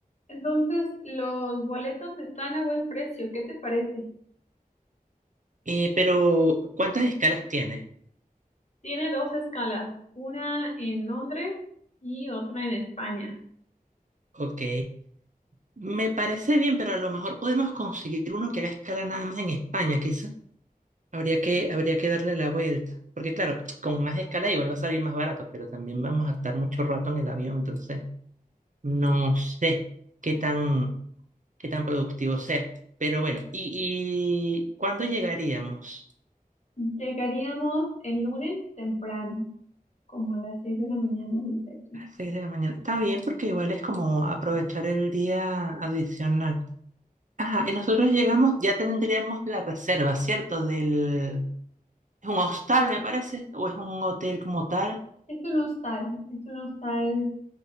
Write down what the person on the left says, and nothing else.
Entonces, los boletos están a buen precio. ¿Qué te parece?
Tiene dos escalas, una en Londres y otra en España.
Llegaríamos el lunes temprano, como a las 6 de la mañana, dice aquí.
Es un hostal, es un hostal